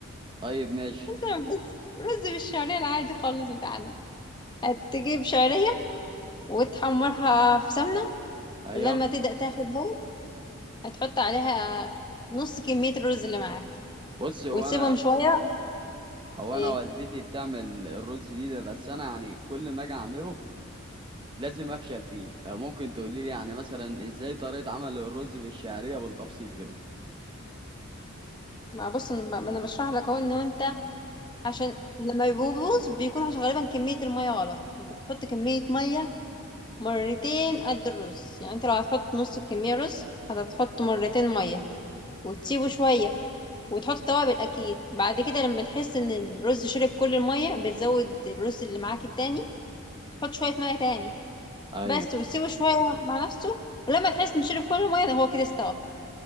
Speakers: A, on the right; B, on the left.
A: طيب ماشي
B: انت تعمل رز رز بالشعريه العادي خالص بتاعنا هتجيب شعريه وتحمرها في سمنه
A: ايوه
B: ولما تبدا تاخد لون هتحط عليها نص كميه الرز اللي معاك
A: بص هو
B: وتسيبهم
A: انا
B: شويه
A: هو
B: ايه
A: انا والدتي بتعمل الرز دي ده بس انا يعني كل ما اجي اعمله لازم افشل فيه فممكن تقولي لي يعني مثلا ازاي طريقة عمل الرز بالشعرية بالتفصيل كده
B: ما بص انا ب- أنا بشرح لك اهو ان انت عشان لما بيبوظ بيكون عشان غالبا كميه الميه غلط انت بتحط كميه ميه مرتين قد الرز يعني انت لو هتحط نص الكمية رز هتحط مرتين مية وتسيبه شوية وتحط توابل أكيد بعد كده لما تحس إن الرز شرب كل المية بتزود الرز اللي معاك التاني تحط شوية مية تاني
A: ايوه
B: بس وتسيبه شوية مع نفسه ولما تحس إن شرب كل المية ده هو كده استوى